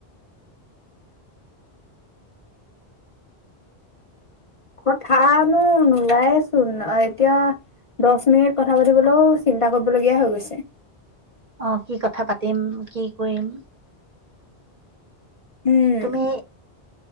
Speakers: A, on the left; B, on the right.
A: কথানো নোলায়েচোন এতিয়া দহ মিনিট কথা পাতিবলৈও চিন্তা কৰিবলগীয়া হৈ গৈছে।
B: অহ, কি কথা পাতিম? কি কৰিম?
A: উম
B: তুমি